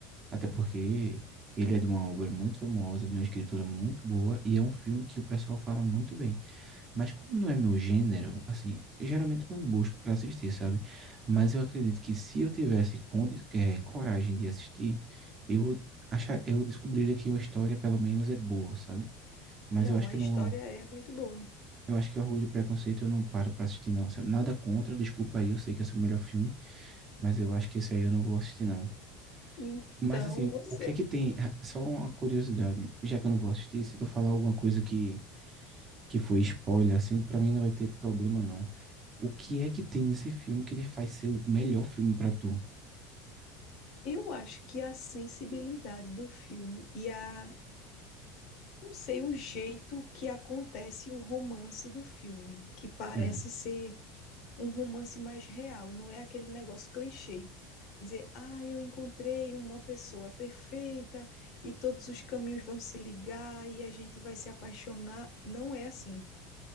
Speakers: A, on the right; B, on the left.
A: até porque ele é de uma obra muito famosa, de uma escritura muito boa, e é um filme que o pessoal fala muito bem. Mas como não é meu gênero, assim, geralmente eu não busco para assistir, sabe? Mas eu acredito que se eu tivesse condi- eh, coragem de assistir, eu achar, eu descobriria que a história pelo menos é boa, sabe? Mas
B: Não,
A: eu acho
B: a
A: que não,
B: história é muito boa.
A: eu acho que Orgulho e Preconceito eu não paro para assistir não, sabe? Nada contra, desculpa aí, eu sei que esse é o melhor filme, mas eu acho que esse aí eu não vou assistir não.
B: Então,
A: Mas assim,
B: você,
A: o o que é que tem? Ah, Só uma curiosidade, já que eu não vou assistir, se tu falar alguma coisa que que foi spoiler assim, para mim não vai ter problema não. O que é que tem nesse filme que ele faz ser o melhor filme pra tu?
B: eu acho que a sensibilidade do filme e a não sei o jeito que acontece o romance do filme, que parece
A: Hum.
B: ser um romance mais real, não é aquele negócio clichê. Dizer, ah, eu encontrei uma pessoa perfeita e todos os caminhos vão se ligar e a gente vai se apaixonar. Não é assim.